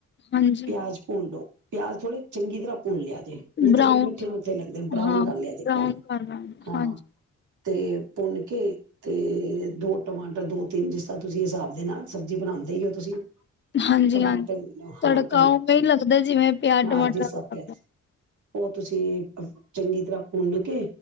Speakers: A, on the left (about 40°); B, on the right (about 80°).
A: ਹਾਂਜੀ
B: ਪਿਆਜ਼ ਭੁੰਨ ਲਓ ਪਿਆਜ ਥੋੜ੍ਹ ਚੰਗੀ ਤਰ੍ਹਾਂ ਭੁੰਨ ਲਿਆ ਨਹੀਂ
A: ਬਰਾਊਨ
B: ਤੇ ਫਿਰ ਮਿੱਠੇ ਮਿੱਠੇ ਲੱਗਦੇ ਬਰਾਉਨ
A: ਹਾਂ
B: ਕਰ ਲਿਆ ਜ ਇੱਕਦਮ
A: ਬਰਾਊਨ ਕਰ ਦਾਂਗੇ
B: ਹਾਂ
A: ਹਾਂਜੀ
B: ਤੇ ਭੁੰਨ ਕੇ ਤੇ ਦੋ ਟਮਾਟਰ ਦੋ ਤਿੰਨ ਜਿਸ ਤ੍ਹਾਂ ਤੁਸੀਂ ਹਿਸਾਬ ਦੇ ਨਾਲ ਸਬਜ਼ੀ ਬਣਾਉਂਦੇ ਹੀ ਹੋ ਤੁਸੀਂ
A: ਹਾਂਜੀ
B: ਟਮਾਟਰ
A: ਹਾਂਜੀ
B: ਲੈ ਲਓ
A: ਤੜਕਾ
B: ਹਾਂ ਟਮਾਟਰ
A: ਉਵੇਂ ਹੀ ਲੱਗਦਾ ਜਿਵੇਂ ਪਿਆਜ
B: ਹਾਂ
A: ਟਮਾਟਰਾ
B: ਜਿਸ ਹਿਸਾਬ
A: ਦਾ
B: ਪਿਆਜ਼
A: ਲਗਦਾ
B: ਉਹ ਤੁਸੀਂ ਚੰਗੀ ਤਰ੍ਹਾਂ ਭੁੰਨ ਕੇ